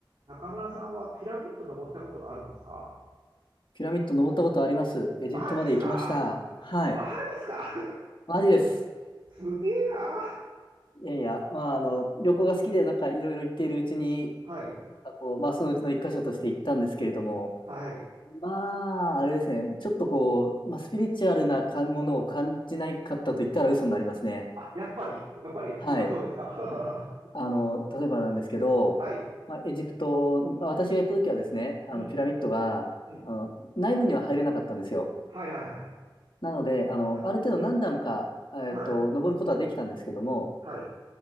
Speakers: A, on the right; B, on the left.
A: 中村さんはピラミッド登ったことがあるんですか
B: ピラミッド登ったことあります。エジプトまで行きました。
A: マジっすか
B: はい。
A: マジっすか
B: マジです。
A: <laughs> すげえな。
B: いやいや、まあ、あの、旅行が好きで、なんかいろいろ行っているうちに、
A: はい。
B: なんかこう、まあ、そのうちの一箇所として行ったんですけれども、
A: はい。
B: まあ、あれですね、ちょっとこう、まあ、スピリチュアルなかものを感じないかったと言ったら嘘になりますね。
A: あ、やっぱり、やっぱり、やっぱまあそうですか。
B: はい。あの、例えばなんですけど、
A: <laughs> はい。
B: まあ、エジプト、
A: うん。
B: まあ私が行った時はですね、あの、
A: うん。
B: ピラミッドが、
A: うん。
B: あの、内部には入れなかったんですよ。
A: はいはいはい。
B: なので、あの、
A: はい。
B: ある程度何段か、えっと、
A: はい。
B: 登ることはできたんですけども、
A: はい。